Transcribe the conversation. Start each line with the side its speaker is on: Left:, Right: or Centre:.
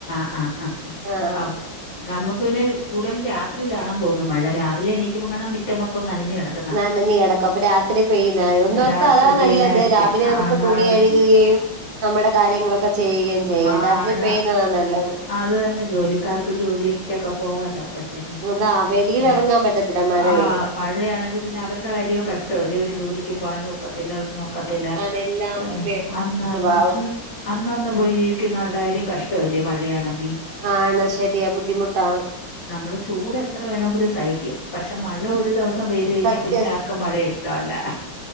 Left: ആഹ് ആഹാ
Right: ആഹ്
Left: അഹ് നമ്മുക്ക് പിന്നെ കൂടുതൽ രാത്രിയിലാണന്നു തോന്നുന്നു മഴ. രാവിലെ എണീക്കുമ്പോ കാണാം മുറ്റം മൊത്തം നനഞ്ഞു കിടക്കും.
Right: നനഞ്ഞ് കിടക്കും. അപ്പൊ രാത്രി പെയ്യുന്നതാ. ഒന്നോർത്താ
Left: രാത്രി
Right: അതാ
Left: പെയ്യുന്നായിരിക്കും
Right: നല്ലത് രാവിലെ നമുക്ക്
Left: ആണാണ്
Right: തുണി കഴുകുകയും നമ്മുടെ കാര്യങ്ങളൊക്കെ ചെയ്യുകയും ചെയ്യാം.
Left: ആണ്
Right: രാത്രി പെയ്യുന്നതാ നല്ലത്.
Left: അത് തന്നെ ജോലിക്കാർക്ക് ജോലി ക്കൊക്കെ പോവാലോ അപ്പഴത്തേന്.
Right: അതാ വെളിയിൽ
Left: അല്ലെ.
Right: ഇറങ്ങാൻ പറ്റത്തില്ല മഴ
Left: ആഹ്
Right: പെയ്താ
Left: മ യാണെങ്കിൽ പിന്നെ അവരുടെ കാര്യവും കഷ്ടമല്ലേ ഒരു ജോലിക്കും പോവോനും ഒക്കത്തില്ല ഒന്നും ഒക്കത്തില്ല.
Right: ആണ് എല്ലാം
Left: പിന്നെ
Right: വേ
Left: അന്ന്അന്ന്
Right: ഇതുവാവും
Left: അന്നന്ന് പോയി ജീവിക്കുന്നവരുടെ കാര്യം കഷ്ടല്ലേ മഴയാണെങ്കി.
Right: ആണ് ശരിയാ ബുദ്ധിമുട്ടാണ്.
Left: നമ്മള് ചൂട് എത്ര വേണേങ്കിലും സഹിക്കും പക്ഷെ മഴ ഒരു ദിവസം പെയ് ത് കയ്ഞ്ഞാ
Right: സത്യം
Left: പിന്നെ ആർക്കും മയേ ഇഷ്ടല്ല.